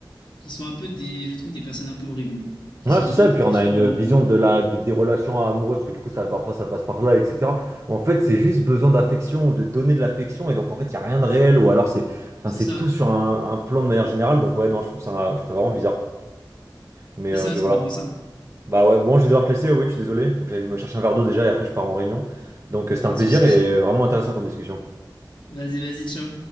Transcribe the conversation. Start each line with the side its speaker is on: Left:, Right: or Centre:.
Left: qui sont un peu des, je trouve, des personnes un peu horribles, qui
Right: Ouais,
Left: sont
Right: c'est
Left: en manque
Right: ça. Et
Left: d'attention.
Right: puis on a une
Left: en-
Right: vision de la, de- des relations amoureuses, parce que du coup, ça, parfois, ça passe par là, etc. En fait, c'est juste besoin d'affection ou de donner de l'affection. Et donc, en fait, il n'y a rien de réel. Ou alors, c'est, enfin,
Left: C'est
Right: c'est
Left: ça.
Right: tout sur un, un plan de manière générale. Donc, ouais, non, je trouve ça, je trouve ça vraiment bizarre. Mais,
Left: C'est
Right: euh,
Left: ça,
Right: mais
Left: c'est
Right: voilà.
Left: complètement ça.
Right: Bah ouais, bon, je vais devoir te laisser. Oui, je suis désolé. Faut que j'aille me chercher un verre d'eau déjà. Et après, je pars en réunion. Donc, euh, c'était
Left: Pas
Right: un
Left: de
Right: plaisir
Left: souci.
Right: et vraiment intéressant comme discussion.
Left: Vas-y, vas-y, ciao.